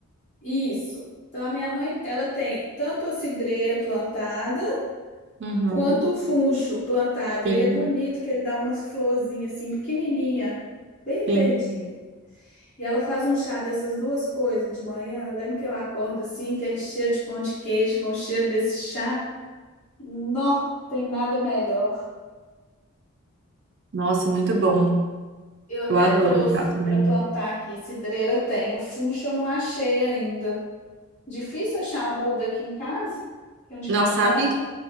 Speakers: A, on the left; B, on the right.
A: Isso. Então a minha mãe, ela tem tanto a cidreira plantada
B: Uhum,
A: quanto o funcho plantado.
B: sim,
A: E ele é bonito, que ele dá umas florzinhas assim pequenininha, bem
B: sim.
A: verdinha. E ela faz um chá dessas duas coisas de manhã. Eu lembro que eu acordo assim, aquele cheiro de pão de queijo com o cheiro desse chá. Não tem nada melhor.
B: Nossa, muito bom.
A: Eu até
B: Eu adoro
A: trouxe
B: chá também.
A: para plantar aqui, cidreira tem. O funcho eu não achei ainda. Difícil achar muda aqui em casa, que é onde
B: Não
A: que a gente
B: sabe
A: mora.